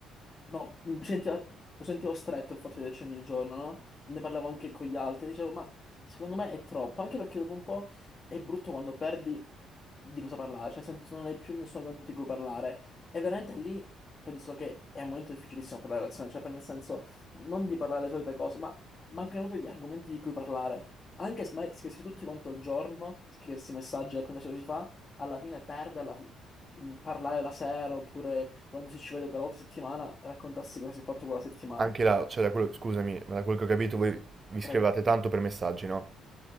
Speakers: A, on the left; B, on the right.
A: No, mi sentiva, lo sentivo stretto il fatto di vederci ogni giorno, no? Ne parlavo anche con gli altri, dicevo, ma secondo me è troppo, anche perché dopo un po' è brutto quando perdi di cosa parlare, cioè nel senso non hai più nessuno con cui parlare. E veramente lì penso che è un momento difficilissimo per la relazione, cioè per nel senso non di parlare le solite cose, ma mancano proprio gli argomenti di cui parlare. Anche se ma scriversi tutti quanto il giorno, scriversi messaggi, raccontarsi cosa si fa alla fine perde alla fi- il parlare la sera oppure quando si ci vede quella volta a settimana raccontarsi cosa si è fatto quella settimana.
B: anche là, cioè da quello, scusami, ma da quello che ho capito voi vi
A: Prego.
B: scrivate tanto per messaggi, no?